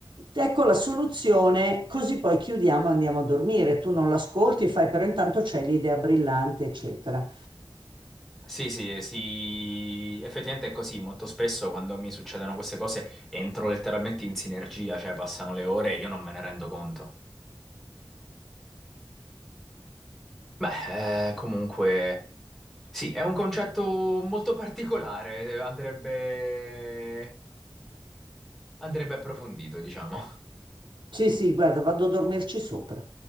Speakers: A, on the right; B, in the centre.
A: Ecco la soluzione, così poi chiudiamo e andiamo a dormire. Tu non l'ascolti, fai, però intanto c'è l'idea brillante, eccetera.
B: Sì, sì, sì, effettivamente è così. Molto spesso quando mi succedono queste cose entro letteralmente in sinergia, cioè passano le ore e io non me ne rendo conto. Beh, eh, comunque, sì, è un concetto molto particolare, andrebbe, andrebbe approfondito, diciamo.
A: Sì, sì, guarda, vado a dormirci sopra.